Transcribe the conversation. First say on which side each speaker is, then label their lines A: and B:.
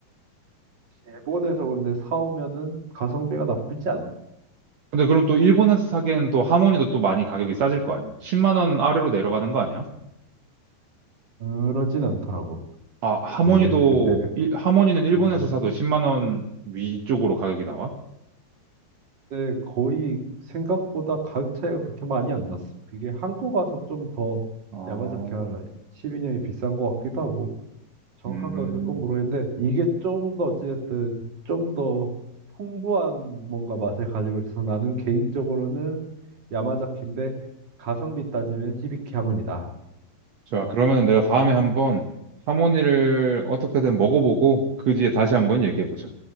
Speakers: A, on the right; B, on the right.
A: 일본에서 근데 사오면은 가성비가 나쁘지 않아.
B: 근데 그럼 또 일본에서 사기에는 또 하모니도 또 많이 가격이 싸질 거 아니야? 10만 원 아래로 내려가는 거 아니야?
A: 그러진 않더라고.
B: 아, 하모니도
A: 이게 그때
B: 일- 하모니는 일본에서
A: 어,
B: 사도 10만 원 위쪽으로 가격이 나와?
A: 근데 거의 생각보다 가격 차이가 그렇게 많이 안 났어. 그게 한국 와서 좀 더
B: 아,
A: 야마자키가 12년이 비싼 것 같기도 하고 정확한
B: 음.
A: 가격은 모르겠는데 이게 좀 더 어찌됐든 좀 더 풍부한 뭔가 맛을 가지고 있어서 나는 개인적으로는 야마자키인데 가성비 따지면 히비키 하모니다.
B: 좋아 그러면 내가 다음에 한번 하모니를 어떻게든 먹어보고 그 뒤에 다시 한번 얘기해보자.